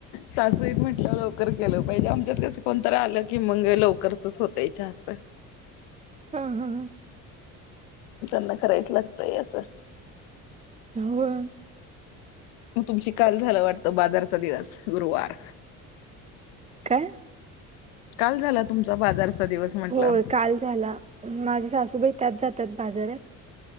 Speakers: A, on the left; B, on the right.
A: सासू आहेत म्हटल्या वर लव कर केलं पाहिजे आमच्यात कसं कोणतर आलं की मंग लवकरचचं होतय चहाच.
B: हा, हा, हा.
A: त्यांना करायचं लागतंय आसं.
B: होय
A: म तुमची काल झालं वाटत बाजारचा दिवस गुरुवार.
B: काय?
A: काल झाला तुमचा बाजारचा दिवस. म्हटलं
B: होय काल झाला. माझी सासूबाई त्याच जात्यात बाजारात.